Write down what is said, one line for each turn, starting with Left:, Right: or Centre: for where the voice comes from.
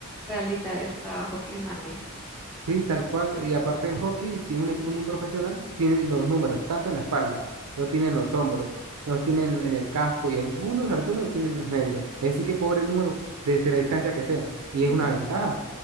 Centre: realizar el trabajo que manejas.
Right: Sí, tal cual. Y aparte en hockey, si es un equipo muy profesional, tienen los números, tanto en la espalda, los tienen en los hombros, los tienen en el casco y algunos, algunos lo tienen en las medias. Así que pobre el número desde la distancia que sea. Y
Centre: Mm,
Right: es una ventaja.